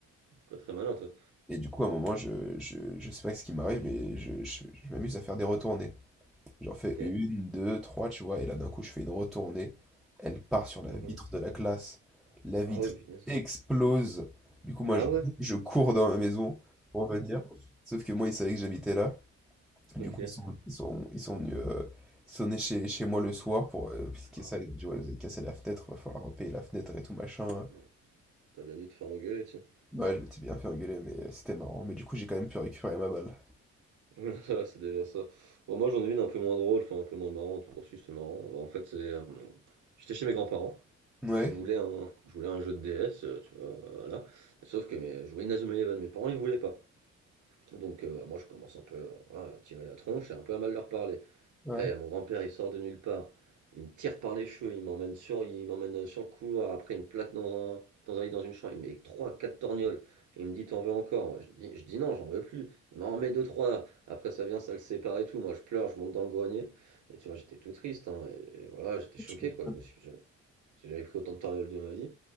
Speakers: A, on the right (about 75°); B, in the centre.
A: pas très malin toi.
B: Et du coup, à un moment, je, je, je sais pas ce qui m'arrive, mais je, je- je m'amuse à faire des retournées. J'en fais
A: Ok.
B: une, deux, trois, tu vois, et là d'un coup, je fais une retournée. Elle part sur la
A: mhm.
B: vitre de la classe. La vitre
A: Ah oui, punaise.
B: explose. Du coup, moi,
A: Ah
B: je,
A: ouais,
B: je cours dans ma maison pour venir. Sauf que moi, ils savaient que j'habitais là. Du
A: ok.
B: coup, ils sont, ils sont, ils sont venus euh, sonner chez, chez moi le soir pour euh, expliquer
A: Ah,
B: ça. Ils ont dit, ouais, vous avez cassé la fenêtre, va falloir payer la fenêtre et tout machin.
A: ouais. T'as bien dû te faire engueuler, tiens.
B: Ouais, je m'étais bien fait engueuler, mais euh, c'était marrant. Mais du coup, j'ai quand même pu récupérer ma balle.
A: <laughs> Ça, C'est déjà ça. Bon, moi j'en ai une un peu moins drôle, enfin un peu moins marrante. Bon, si, c'est marrant. Bah, en fait, c'est. euh, J'étais chez mes grands-parents.
B: Ouais,
A: Je voulais un, je voulais un jeu de DS, euh, tu vois, voilà. Sauf que mes, je voulais Inazuma Eleven, mes parents ils voulaient pas. Donc euh, bah, moi je commence un peu voilà, à tirer la tronche et un peu à mal leur parler.
B: ouais.
A: Et là il y a mon grand-père, il sort de nulle part, il me tire par les cheveux, il m'emmène sur, il m'emmène sur le couloir, après il me plaque dans un dans un lit dans une chambre, il me met trois quatre torgnoles. il me dit t'en veux encore. Moi, je, dis, je dis non, j'en veux plus. Il m'en remet deux trois. Après ça vient, ça le sépare et tout. Moi je pleure, je monte dans le grenier. Et tu vois j'étais tout triste. hein, et, et voilà j'étais choqué
B: Tu m'étonnes.
A: quoi. Je me suis jamais- j'avais pris autant de torgnoles de ma vie.